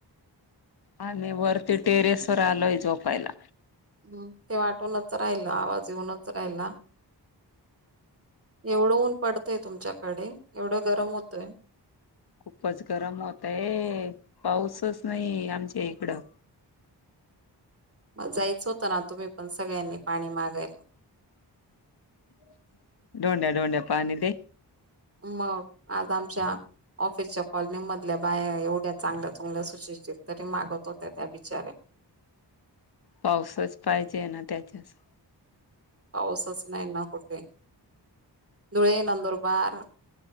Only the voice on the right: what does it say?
हम् ते वाटूनच राहिल आवाज येऊनच राहिला एवढं ऊन पडतय तुमच्याकडे एवढं गरम होतय
मग जायचं होतं ना तुम्ही पण सगळ्यांनी पाणी मागायला
मग आता आमच्या ऑफिसच्या कॉलनी मधल्या बाया एवढ्या चांगल्या चुंगल्या सुशिक्षित तरी मारत होत्या त्या बिचार्या
पाऊसच नाही ना कुठे धुळे नंदुरबार